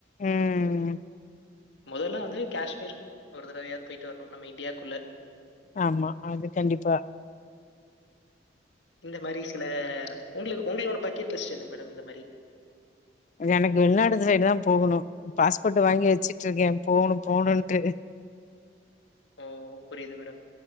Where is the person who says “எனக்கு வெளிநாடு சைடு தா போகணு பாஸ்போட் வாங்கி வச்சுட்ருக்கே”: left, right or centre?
Left